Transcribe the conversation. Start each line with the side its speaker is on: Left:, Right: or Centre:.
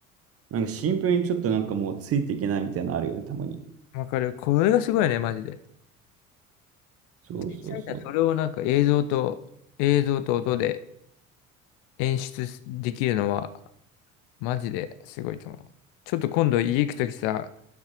Right: なんかシンプルにちょっとなんかもうついていけないみたいなのあるよね、たまに。
Left: わかる。これがすごいね、マジで。
Right: そうそうそう。
Left: 天才だ。それをなんか映像と、映像と音で演出できるのは、マジですごいと思う。ちょっと今度家行くときさ、